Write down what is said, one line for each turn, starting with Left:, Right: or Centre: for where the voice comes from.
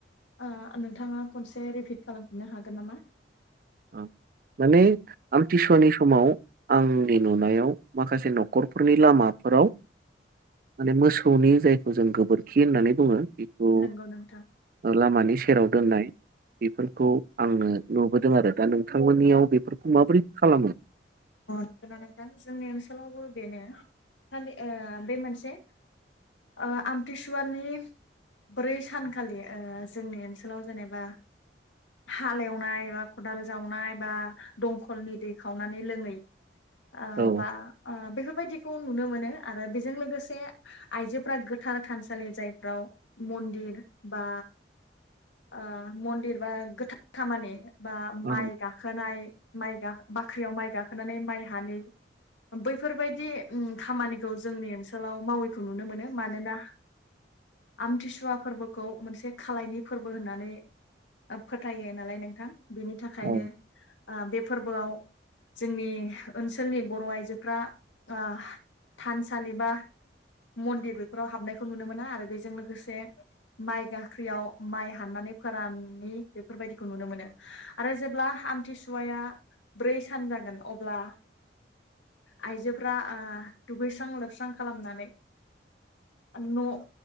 Left: ओ नोंथांङा खनसे रिपिट खालामफिननो हागोन नामा?
Right: ओ माने आमथिसुवानि समाव आंनि नुनायाव माखासे न'खरफोरनि लामाफोराव माने मोसौनि जायखौ जों गोबोरखि होननानै बुङो। बेखौ
Left: नोंगौ नोंथां।
Right: लामानि सेराव दोननाय बेफोरखौ आंनो नुबोदों आरो। दा नोंथांमोननियाव बेफोरखौ माबोरै खालामो?
Left: ओ नंगौ नोंथां जोंनि ओनसोलावबो बेनो सालि ओ बे मोनसे ओ आमथिसुवानि ब्रै सानखालि ओ जोंनि ओनसोलाव जेनेबा हालेवनाय बा खदाल जावनाय बा दंखलनि दै खावनानै लोङै ओ
Right: औ
Left: बा ओ बेफोर बायदिखौ नुनो मोनो आरो बेजों लोगोसे आइजोफोरा गोथार थानसालि जायफ्राव मन्दिर बा ओ मन्दिर बा गोथार खामानि बा
Right: औ
Left: माइ गाखोनाय माइ बाख्रियाव माइ गाखोन माइ हानोय बैफोर बायदि उम खामानिखौ जोंनि ओनसोलाव मावैखौ नुनो मोनो मानोना आमथिसुवा फोरबोखौ मोनसे खालायनि फोरबो होननानै फोथायो नालाय नोंथां। बेनि थाखायनो
Right: औ
Left: ओ बे फोरबोआव जोंनि ओनसोलनि बर' आइजोफ्रा ओ थानसालि बा मन्दिर बेफोराव हाबनायखौ नुनो मोना आरो बेजों लोगोसे माइ गाख्रियाव माइ हाननानै फोराननि बेफोर बायदिखौ नुनो मोनो आरो जेब्ला आमथिसुवाया ब्रै जागोन अब्ला आइजो फ्रा ओ दुगैस्रां लोबस्रां खालामनानै न'